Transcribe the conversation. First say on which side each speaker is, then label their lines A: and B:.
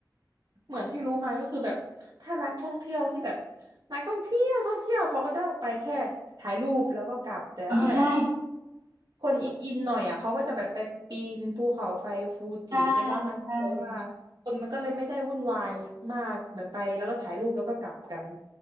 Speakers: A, on the right (about 65°); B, on the right (about 50°).
A: เหมือนที่รู้มาก็คือแบบถ้านักท่องเที่ยวที่แบบนักท่องเที่ยวท่องเที่ยวเขาก็จะไปแค่ถ่ายรูปแล้วก็กลับแต่ถ้าแบบ
B: เออใช่
A: คนอินอินหน่อยอ่ะเขาก็จะแบบไปปีนภูเขาไฟฟูจิใช่ป่ะมันก็เลยว่า
B: ใช่ใช่
A: คนมันก็เลยไม่ได้วุ่นวายมากเหมือนไปแล้วก็ถ่ายรูปแล้วก็กลับกัน